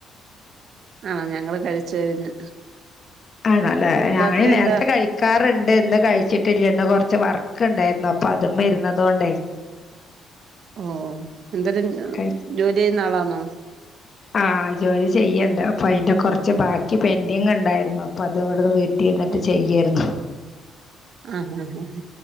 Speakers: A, on the right (about 50°); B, on the left (about 30°).
A: ആഹ് ഞങ്ങള് കഴിച്ച് കഴിഞ്ഞ്
B: ആണല്ലേ ഞാന്
A: രാത്രി
B: നേരത്തെ
A: എന്താ
B: കഴിക് കാറ്ഇണ്ട് ഇന്ന് കഴിച്ചിട്ടില്യ ഇന്ന് കാെറച്ച് വർക്ക് ഉണ്ടായിര്ന്നു അപ്പൊ അത് മ്മെ ഇര്ന്നതോണ്ടെ
A: ഓ എന്തതിൻ
B: കഴി
A: ജോലിയ്യ്ന്ന ആളാന്നോ
B: ആഹ് ജോലി ചെയ്യ്ണ്ട് അപ്പൊ ഐന്റെ കാെറച്ച് ബാക്കി പെന്റിങ് ഇണ്ടായിര്ന്നു അപ്പത് ഇവ്ട്ന്ന് വീ ട്ടിര്ന്ട്ട്
A: ഓ
B: ചെയ്യെര്ന്നു
A: ആഹ് ഹഹ ഹ